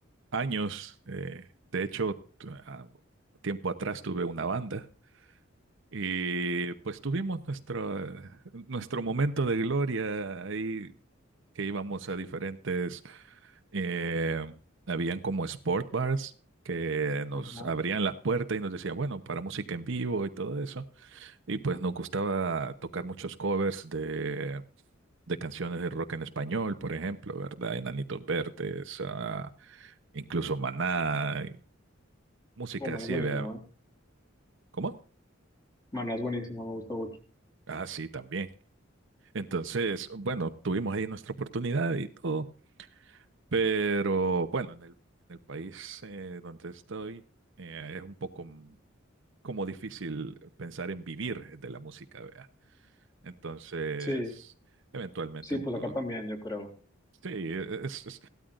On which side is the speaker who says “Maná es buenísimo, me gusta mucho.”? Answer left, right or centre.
Left